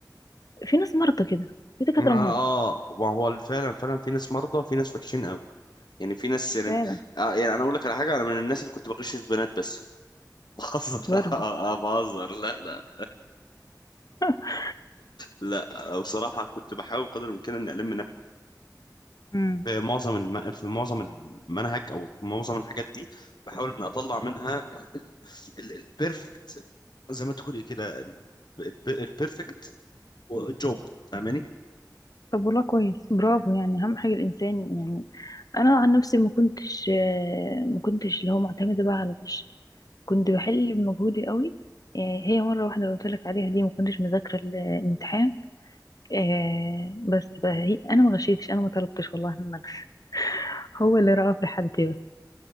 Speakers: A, on the left; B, on the left.
A: في ناس مرضى كده في دكاتره
B: اه
A: مرضى
B: آه، ما هو فعلا فعلا في ناس مرضى وفي ناس وحشين قوي يعني في ناس يعني
A: فعلا
B: آه يعني انا اقول لك على حاجه انا من الناس اللي كنت بغش في بنات بس <laughs> بهزر
A: برضه
B: آه، بهزر لا لا
A: <laughs>
B: لا بصراحه كنت بحاول قدر الامكان ان الم نفسي
A: امم
B: في معظم الم... في معظم المنهج او في معظم الحاجات دي بحاول ان اطلع منها البيرفكت زي ما تقولي كده البيرفكت جوب فاهماني
A: طب والله كويس برافو يعني اهم حاجه الانسان يعني انا عن نفسي ما كنتش آه، ما كنتش اللي هو معتمده بقى على طش كنت بحل بمجهودي قوي آه، هي مره واحده قلت لك عليها دي ما كنتش مذاكره ال- الامتحان آه، بس بقى هي انا ما غشيتش انا ما طلبتش والله إن أنا- أغش. هو اللي رأى في حالتي بس